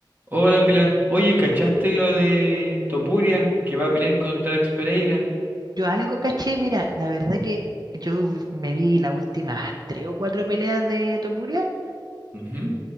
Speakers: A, on the right; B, on the right.
A: Hola Pilar, oye, ¿cachaste lo de Topuria que va a pelear contra Alex Pereira?
B: Yo algo caché, mira, la verdad que yo vi- me vi las últimas tres o cuatro peleas de Topuria,
A: Ujú.